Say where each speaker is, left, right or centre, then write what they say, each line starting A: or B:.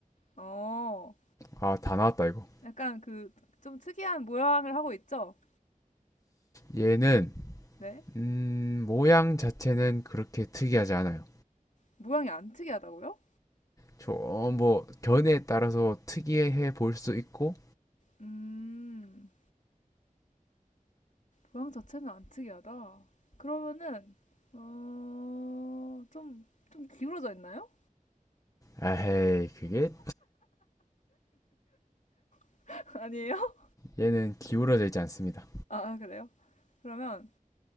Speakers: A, on the left; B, on the left.
A: 어,
B: 아, 다 나왔다 이거.
A: 약간 그 좀 특이한 모양을 하고 있죠?
B: 얘는
A: 네?
B: 음, 모양 자체는 그렇게 특이하지 않아요.
A: 모양이 안 특이하다고요?
B: 저뭐 견해에 따라서 특이해 볼 수 있고
A: 음, 모양 자체는 안 특이하다. 그러면은, 어, 좀, 좀 기울어져 있나요?
B: 에이 그게
A: <laughs> 아니에요?
B: 얘는 기울어져 있지 않습니다.
A: 아, 그래요? 그러면